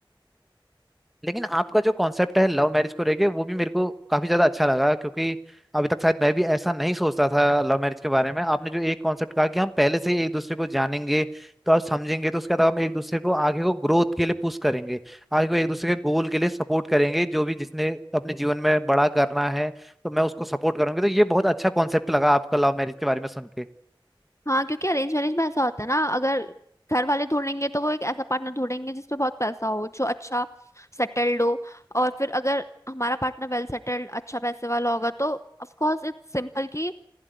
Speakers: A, in the centre; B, on the left (about 35°).
A: लेकिन आपका जो कॉन्सेप्ट है लव मैरिज को लेके वो भी मेरे को काफी ज्यादा अच्छा लगा क्योंकि अभी तक शायद मैं भी ऐसा नहीं सोचता था लव मैरिज के बारे में आपने जो एक कॉन्सेप्ट कहा कि हम पहले से ही एक दूसरे को जानेंगे तो आप समझेंगे तो उसके बाद हम एक दूसरे को आगे को ग्रोथ के लिए पुश करेंगे आगे को एक दूसरे के गोल के लिए सपोर्ट करेंगे जो भी जिसने अपने जीवन में बड़ा करना है तो मैं उसको सपोर्ट करूंगी तो ये बहुत अच्छा कॉन्सेप्ट लगा आपका लव मैरिज के बारे में सुन
B: हाँ क्योंकि अरेंज मैरिज में ऐसा होता है ना अगर घर वाले ढूंढेंगे तो वो एक ऐसा पार्टनर ढूंढेंगे जिसपे बहुत पैसा हो जो अच्छा सेटल्ड हो और फिर अगर हमारा पार्टनर वेल सेटल्ड अच्छा पैसे वाला होगा तो ऑफ कोर्स इट्स सिंपल कि